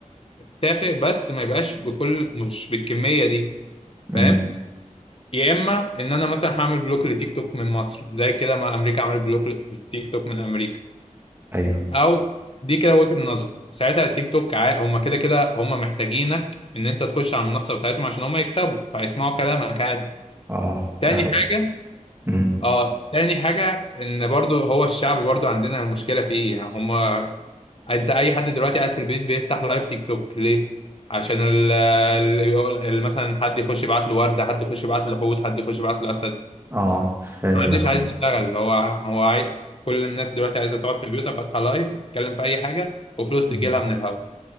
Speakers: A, on the left (about 45°); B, on the right (about 20°).
A: تافه بس ما يبقاش بكل مش بالكمية دي
B: امم
A: فاهم يا اما ان انا مثلا هعمل بلوك لتيك توك من مصر زي كده ما امريكا عملت بلوك للتيك توك من امريكا
B: ايوه
A: او دي كده وجهة نظر ساعتها التيك توك عا- هما كده كده هما محتاجينك ان انت تخش على المنصه بتاعتهم عشان هما يكسبوا فهيسمعوا كلامك عادي
B: اه
A: تاني
B: ده حقيقي
A: حاجه
B: مم.
A: اه تاني حاجه ان برضو هو الشعب برضو عندنا المشكله في ايه يعني هما انت اي حد دلوقتي قاعد في البيت بيفتح لايف تيك توك ليه عشان ال ال- يقول- ال- مثلا حد يخش يبعت له ورده حد يخش يبعت له حوت حد يخش يبعت له اسد
B: اه فاهم
A: محدش
B: يا عم
A: عايز يشتغل هو هو عايز كل الناس دلوقتي عايزه تقعد في بيوتها فاتحه لايف وتتكلم في اي حاجه وفلوس
B: مصر.
A: تجي لها من الهوا